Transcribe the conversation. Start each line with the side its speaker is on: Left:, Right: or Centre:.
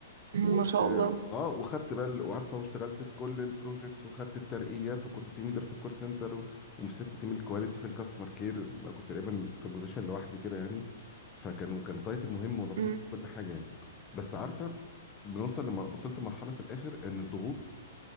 Right: مم،
Left: و...
Right: ما شاء الله
Left: اه وخدت بقى ال- وعارفه واشتغلت في كل البروجكتس وخدت الترقيات وكنت تيم ليدر في الكول سنتر و... ومسكت تيم الكواليتي في الكاستمر كير أنا كنت تقريبا في بوزيشن لوحدي كده يعني فكان وكان تايتل مهم ولطيف
Right: مم،
Left: وكل حاجه يعني بس عارفه بنوصل لم... وصلت لمرحله في الاخر ان الضغوط